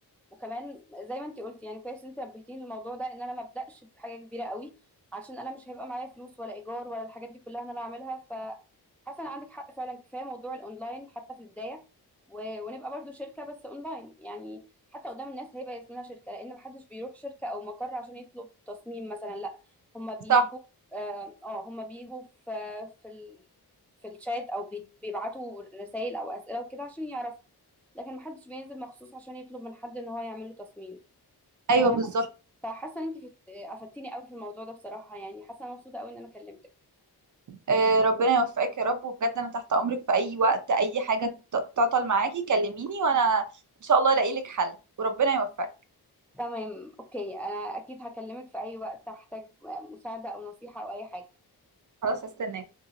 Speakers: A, in the centre; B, on the right.
A: وكمان زي ما انت قلتي يعني كويس انت نبهتيني للموضوع ده ان انا ما ابداش بحاجه كبيره قوي عشان انا مش هيبقى معايا فلوس ولا ايجار ولا الحاجات دي كلها ان انا اعملها ف حسن عندك حق فعلا كفايه موضوع الاونلاين حتى في البدايه و... ونبقى برضو شركه بس اونلاين يعني حتى قدام الناس هيبقى اسمنا شركه لان محدش بيروح شركه او مقر عشان يطلب تصميم مثلا لا هما بيجوا
B: صح
A: اه آه، هما بيجوا في في ال... في الشات او بي- بيبعتوا رسائل او اسئله وكده عشان يعرفوا لكن محدش بينزل مخصوص عشان يطلب من حد ان هو يعمل له تصميم ف...
B: ايوه بالظبط
A: فحاسه ان انت في- افدتيني قوي في الموضوع ده بصراحه يعني حاسه أنا مبسوطه قوي ان انا كلمتك
B: آه، ربنا يوفقك يا رب وبجد انا تحت امرك في اي وقت اي حاجة ت- تعطل معاكي كلميني وانا ان شاء الله الاقي لك حل وربنا يوفقك
A: تمام اوكي انا اكيد هكلمك في اي وقت احتاج مساعده او نصيحه او اي حاجه
B: خلاص هستناك